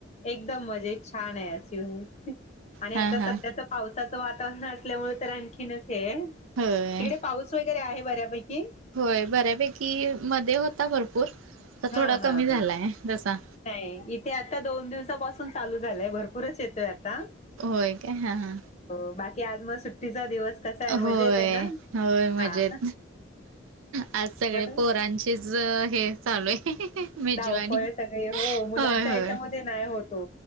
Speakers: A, on the left; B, on the right.
A: एकदम मजेत छान आहे आसूस आणि
B: हा
A: आता
B: हा
A: सध्याच पावसाचं वातावरण असल्यामुळे तर आणखीनच हे आहे.
B: होय
A: तिकडे पाऊस वगैरे आहे बऱ्यापैकी?
B: होय बऱ्यापैकी मध्ये होता भरपूर आता
A: हा
B: थोडा
A: हा
B: कमी झालाय
A: हा
B: तसा.
A: नाही इथे आता दोन दिवसापासून चालू झालाय भरपूरच येतोय आता.
B: होय काय हा हा.
A: हो बाकी आज मग सुट्टीचा दिवस. कसा आहे मजेत
B: होय,
A: आहे ना
B: होय मजेत.
A: हा
B: आज सगळे
A: बरं
B: पोरां चीच हे चालू आहे. मेजवानी
A: धावपळ सगळे हो मुलांच्या
B: होय होय
A: ह्याच्यामध्ये नाही होत ओ